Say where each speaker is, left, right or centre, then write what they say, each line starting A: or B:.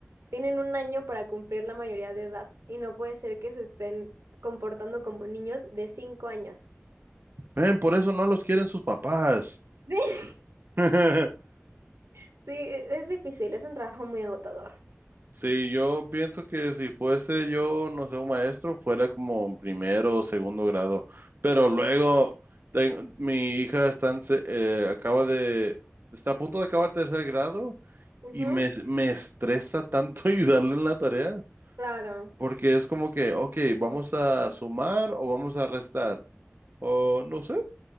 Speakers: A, on the right; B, on the right.
A: Tienen un año para cumplir la mayoría de edad y no puede ser que se estén comportando como niños de 5 años.
B: Ven, por eso no los quieren sus papás.
A: Sí. <laughs>
B: <laughs>
A: Sí, e- es difícil, es un trabajo muy agotador.
B: Sí, yo pienso que si fuese yo, no sé, un maestro, fuera como primero o segundo grado. Pero luego, ten- mi hija está en se- eh, acaba de, está a punto de acabar tercer grado
A: Ujú,
B: y me, me estresa tanto <laughs> ayudarle en la tarea,
A: claro.
B: porque es como que, ok, vamos a sumar o vamos a restar, o no sé,